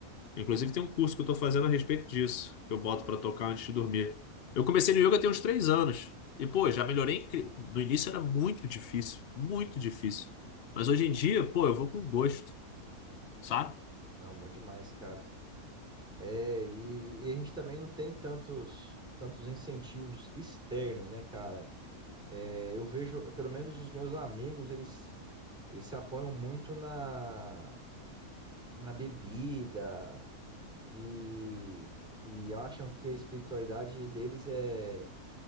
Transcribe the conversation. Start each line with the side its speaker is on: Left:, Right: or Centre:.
Left: Inclusive tem um curso que eu tô fazendo a respeito disso, que eu boto pra tocar antes de dormir. Eu comecei no yoga tem uns três anos. E, pô, já melhorei. incri- No início era muito difícil, muito difícil. Mas hoje em dia, pô, eu vou com gosto, sabe?
Centre: Não, bom demais, cara. É, e, e a gente também não tem tantos, tantos incentivos externos, né, cara? É, eu vejo, pelo menos os meus amigos, eles, eles se apoiam muito na na bebida e, e acham que a espiritualidade deles é,